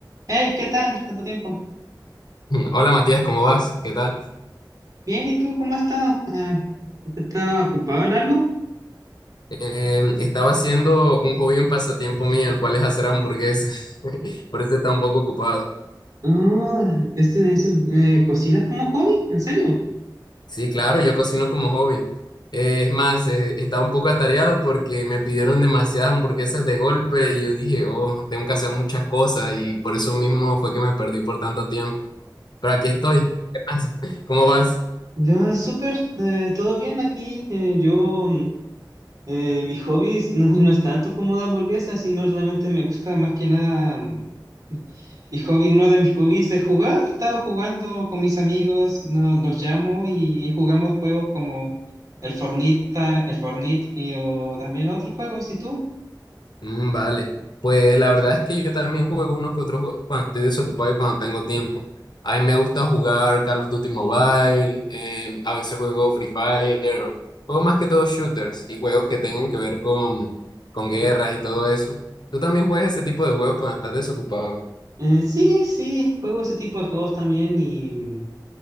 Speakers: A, on the right; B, on the left.
A: Hey, ¿qué tal? ¿Tanto tiempo?
B: Hola Matías, ¿cómo vas? ¿Qué tal?
A: Bien, ¿y tú cómo has estado? Eh, ¿estás ocupado en algo?
B: Em, estaba haciendo un hobby, un pasatiempo mío, el cual es hacer hamburguesas. <laughs> Por eso está un poco ocupado.
A: Ah, este, es, eh, ¿cocinas como hobby? ¿En serio?
B: Sí, claro, yo cocino como hobby. Eh, es más, eh, estaba un poco atareado porque me pidieron demasiadas hamburguesas de golpe y yo dije, oh, tengo que hacer muchas cosas y por eso mismo fue que me perdí por tanto tiempo. Pero aquí estoy. ¿Qué más? <laughs> ¿Cómo
A: Ah,
B: vas?
A: Ya, súper, eh, todo bien aquí. eh, yo, mm, eh, mis hobbies no, no es tanto como de hamburguesas, sino realmente me gusta más que nada. mm, Mi hobby, uno de mis hobbies es jugar. Estaba jugando con mis amigos, no- los llamo y jugamos juegos como el Fornita, el Fornite y o también otros juegos. ¿Y tú?
B: Mm, vale, pues la verdad es que yo también juego uno que otro juego cuando estoy desocupado y cuando tengo tiempo. A mí me gusta jugar Call of Duty Mobile, eh, a veces juego Free Fire, juego más que todo shooters y juegos que tengan que ver con, con guerras y todo eso. ¿Tú también juegas ese tipo de juegos cuando estás desocupado?
A: Eh, sí, sí, juego ese tipo de juegos también y...